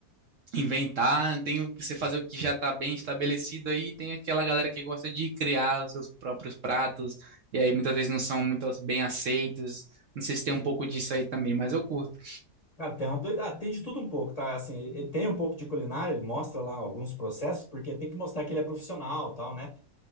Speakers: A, on the right; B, on the left.
A: inventar, tem o que você fazer o que já está bem estabelecido aí, tem aquela galera que gosta de criar os seus próprios pratos, e aí muitas vezes não são muito bem aceitos. Não sei se tem um pouco disso aí também, mas eu curto.
B: Cara, tem uma doida... ah, tem de tudo um pouco, tá? Assim, ele tem um pouco de culinária, ele mostra lá alguns processos, porque tem que mostrar que ele é profissional, tal, né?